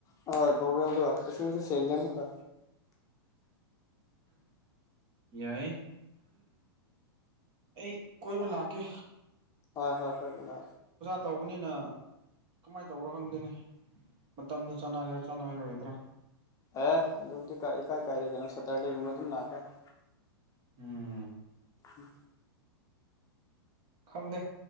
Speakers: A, on the left; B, on the right.
A: ꯍꯣꯏ ꯣꯔꯒꯦꯜꯗ ꯏꯁꯤꯡꯁꯨ ꯁ ꯌꯥꯝꯦꯝꯀ
B: ꯌꯥꯏꯦ ꯑꯩ ꯀꯣꯏꯕꯨꯂ ꯀ
A: ꯍꯣꯏ ꯍꯣꯏ ꯍꯣꯏꯒꯗꯥ
B: ꯇꯧꯕꯅꯤꯅ ꯀꯃꯥꯏꯅ ꯇꯧꯕꯣ ꯈꯪꯗꯣꯏꯅꯦ ꯃꯇꯝꯗ ꯆꯥꯟꯅꯒꯦꯔꯥ ꯆꯥꯅꯔꯣꯏꯒꯗ꯭ꯔꯥ
A: ꯑꯦ ꯑꯗꯨꯕꯨꯗꯤꯀꯥꯏ ꯀꯥꯏꯔꯦ ꯀꯩꯅꯣ ꯁꯇꯔꯗꯦꯒꯨꯝꯕ ꯑꯗꯨꯝ ꯂꯥꯛꯑꯀ
B: ꯎꯝ
A: ꯎꯝ
B: ꯈꯪꯗꯦ